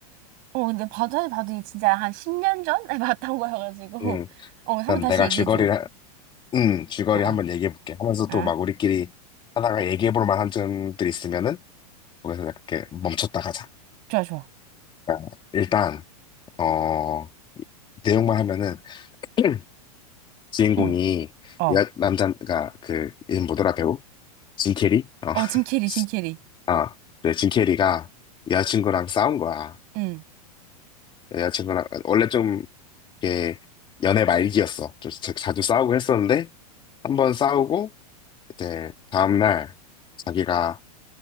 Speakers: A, on the right (about 50°); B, on the left (about 25°).
A: 어, 근데 봐도, 사실 봐도 이게 진짜 한 10년 전에 <laughs> 봤던 거여가지고.
B: 응.
A: 어, 한번
B: 그럼
A: 다시
B: 내가
A: 얘기해줘.
B: 줄거리를, 하- 응, 줄거리
A: 어, 어.
B: 한번 얘기해볼게. 하면서
A: 아,
B: 또 막 우리끼리 하다가 얘기해볼 만한 점들이 있으면은, 거기서 약간 이렇게 멈췄다 가자.
A: 좋아, 좋아.
B: 그러니까 일단, 어, 내용만 하면은, <clears throat> 주인공이,
A: 응, 어.
B: 여, 남자, 가 그, 이 뭐더라, 배우? 짐 캐리? 어.
A: 어,
B: <laughs>
A: 짐 캐리, 짐 캐리.
B: 아, 네, 짐 캐리가 여자친구랑 싸운 거야.
A: 응,
B: 여자친구랑, 원래 좀 이게 연애 말기였어. 좀 자- 자주 싸우고 했었는데 한번 싸우고 이제 다음날 자기가